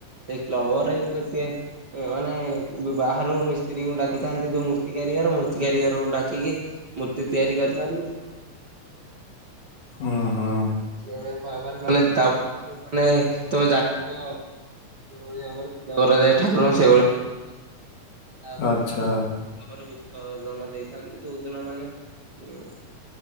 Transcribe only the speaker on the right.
କ୍ଲବ ଘରେ କରତି ଉଁ ମାନେ ବାହାରୁ ମିସ୍ତ୍ରୀଙ୍କୁ ଡାକିଥାନ୍ତି ଯୋଉ ମୂର୍ତ୍ତି କାରିଗର ମୂର୍ତ୍ତି କାରିଗରଙ୍କୁ ଡାକିକି ମୂର୍ତ୍ତି ତିଆରି କରିଥାନ୍ତି।
ସେଇଭଳି ଭାବରେ ମାନେ ତାପରେ ତ ଯୋଉମାନେ ତମେ ଜାଣିଥିବ ଯୋଉଭଳି ଭାବରେ ପୂଜା କରାଯାଏ ଠାକୁରଙ୍କୁ ସେଇଭଳି ଭାବରେ ପୂଜା <unintelligible> ତାପରେ
<unintelligible> ତାପରେ ବିଶର୍ଜନ ଦେଇଥାନ୍ତି ଯୋଉଦିନ ମାନେ ଉଁ